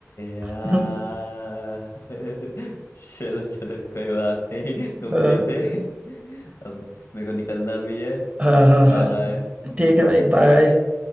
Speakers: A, on the left; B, on the right.
A: यार
B: <laughs>
A: <laughs> चलो चलो कोई बात नहीं तुम
B: हाँ
A: जीते अब मेरे को निकलना भी है
B: हाँ हाँ
A: Bye
B: हाँ।
A: bye
B: ठीक है भाई बाय